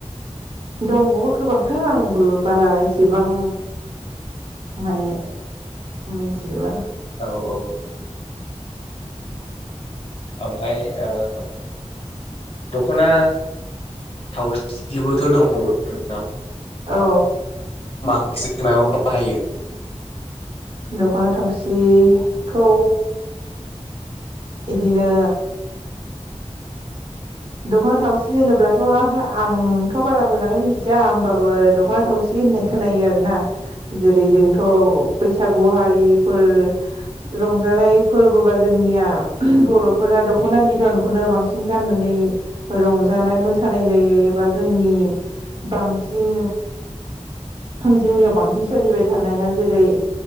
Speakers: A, on the right; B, on the left.
A: दंबावो गोबांथार आंबो बारा एसेबां माने मिथिजोबा।
B: औ औ ओमफाय ओ द'खना थावसिबोथ' दङ' बर'फोरनाव।
A: औ।
B: <unintelligible> बाहायो
A: द'खना थावसिखौ इदिनो द'खना थावसि होनोब्लाथ' आहा आंथ' बारा मोजाङै मिथिया होमबाबो द'खना थावसि होननाय खोनायो आरो ना। जेरै जोंथ' बैसागु हारिफोर रंजानाय फोरबोबा जोंनिया बर'फोरा द'खना बिदन खौनो बांसिन गाननानै रंजानाय मोसानाय जायो एबा जोंनि बांसिन जोंनियाव बांसिन सोलिबाय थानाया जेरै